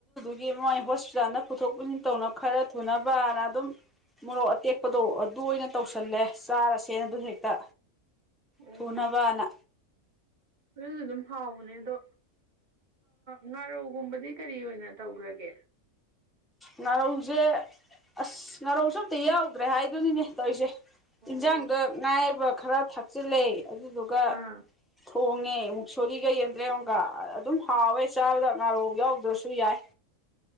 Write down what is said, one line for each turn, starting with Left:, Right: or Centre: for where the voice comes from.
Centre: ꯑꯗꯒꯤ ꯃꯣꯏ ꯍꯣꯁꯄꯤꯇꯥꯜꯗ ꯄꯨꯊꯣꯛ ꯄꯨꯁꯤꯟ ꯇꯧꯅ ꯈꯔ ꯊꯨꯅꯕꯅ ꯑꯗꯨꯝ ꯃꯣꯔꯣꯛ ꯑꯇꯦꯛꯄꯗꯣ ꯑꯗꯨ ꯑꯣꯏꯅ ꯇꯧꯁꯜꯂꯦ ꯆꯥꯔꯁꯦꯅ ꯑꯗꯨ ꯍꯦꯛꯇ
Right: ꯑꯣ
Centre: ꯊꯅꯕꯥꯅ
Right: ꯑꯗꯨꯁꯨ ꯑꯗꯨꯝ ꯍꯥꯎꯕꯅꯦ ꯑꯗꯣ ꯉꯥꯔꯧꯒꯨꯝꯕꯗꯤ ꯀꯔꯤ ꯑꯣꯏꯅ ꯇꯧꯈ꯭ꯔꯒꯦ
Centre: ꯉꯥꯔꯧꯁꯦ ꯑꯁ ꯉꯥꯔꯧꯁꯨ ꯑꯝꯇ ꯌꯥꯎꯗ꯭ꯔꯦ ꯍꯥꯏꯗꯨꯣꯏꯅꯤꯅꯦ ꯇꯧꯔꯤꯁꯦ
Right: ꯑꯣ
Centre: ꯏꯟꯖꯥꯡꯗ ꯉꯅꯥꯕ ꯈꯔ ꯊꯥꯛꯆꯤꯜꯂꯦ ꯑꯗꯨꯗꯨꯒ
Right: ꯑꯥ ꯍꯣꯏ
Centre: ꯊꯣꯡꯉꯦ ꯑꯃꯨꯛꯁꯣꯔꯤꯒ ꯌꯦꯟꯗ꯭ꯔꯩ ꯑꯃꯨꯒ ꯑꯗꯨꯝ ꯍꯥꯎꯋꯦ ꯆꯥꯕꯗ ꯉꯥꯔꯧ ꯌꯥꯎꯗ꯭ꯔꯁꯨ ꯌꯥꯏ